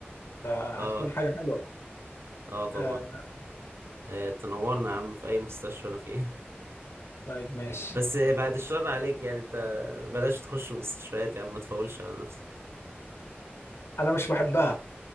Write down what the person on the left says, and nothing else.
فهتكون
حاجة حلوة
آه،
طيب ماشي
انا مش بحبها